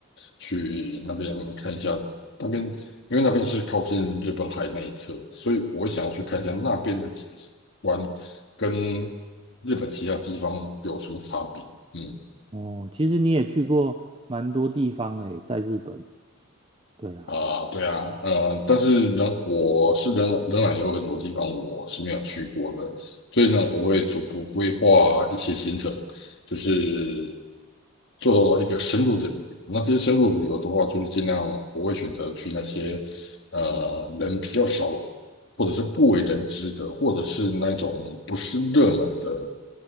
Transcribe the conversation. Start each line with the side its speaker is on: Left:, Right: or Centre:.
Left: 去那边看一下。那边因为那边是靠近日本海那一侧，所以我会想要去看一下那边的景观跟日本其他地方有什么差别。嗯，
Right: 哦，其实你也去过蛮多地方嘞，在日本。对啊，
Left: 啊，对啊，嗯，但是仍我是仍仍然有很多地方我是没有去过的，所以呢，我会逐步规划一些行程，就是做一个深入的旅游。那这些深入旅游的话，就是尽量我会选择去那些呃人比较少，或者是不为人知的，或者是那种不是热门的